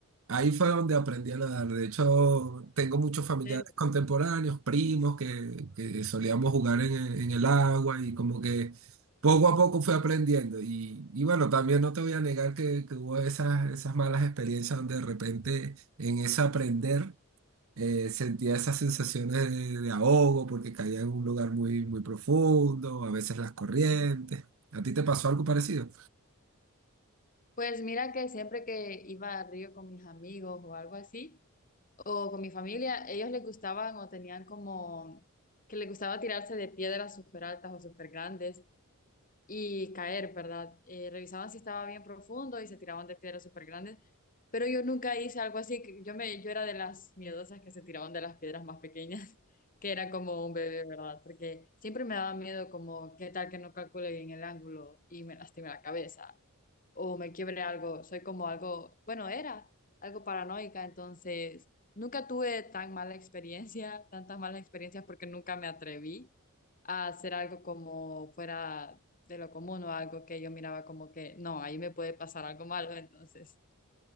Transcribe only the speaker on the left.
¿En serio?
Mm.
Pues mira que siempre que iba al río con mis amigos o algo así, o con mi familia, ellos les gustaban o tenían como que les gustaba tirarse de piedras súper altas o súper grandes y caer, ¿verdad? Eh, revisaban si estaba bien profundo y se tiraban de piedras súper grandes, pero yo nunca hice algo así, que yo, me, yo era de las miedosas que se tiraban de las piedras más pequeñas, <laughs> que era como un bebé, ¿verdad? Porque siempre me daba miedo como, ¿qué tal que no calcule bien el ángulo y me lastime la cabeza? o me quiebre algo. Soy como algo, bueno, era algo paranoica, entonces nunca tuve tan mala experiencia, tantas malas experiencias porque nunca me atreví a hacer algo como fuera de lo común o algo que yo miraba como que, no, ahí me puede pasar algo malo, entonces.